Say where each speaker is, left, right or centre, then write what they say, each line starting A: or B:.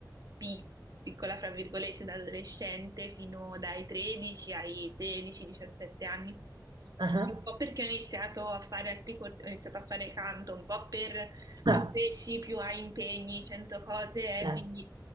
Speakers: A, on the right (about 55°); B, on the right (about 85°).
A: pi- piccola, fra virgolette, da adolescente fino dai 13 ai 16-17 anni.
B: ah, ah,
A: Un po' perché ho iniziato a fare altri corsi, ho iniziato a fare canto, un po' per più
B: Ah,
A: cresci, più hai impegni, cento cose,
B: beh,
A: eh, quindi